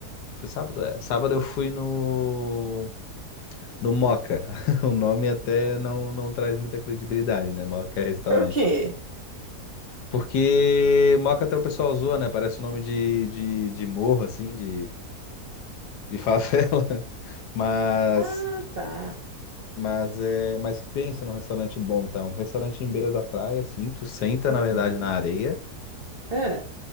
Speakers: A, on the left; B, on the right.
A: foi sábado, é. Sábado eu fui no No Moca. <laughs> O nome até não, não traz muita credibilidade, né? Moca é restaurante.
B: É O quê?
A: Porque Moca até o pessoal zoa, né? Parece o nome de, de, de morro, assim, de, de favela. <laughs> Mas,
B: Ah, tá.
A: mas, é, mas pensa num restaurante bom, tá? Um restaurante em beira da praia, assim. Tu senta,
B: Aham.
A: na verdade, na areia.
B: É.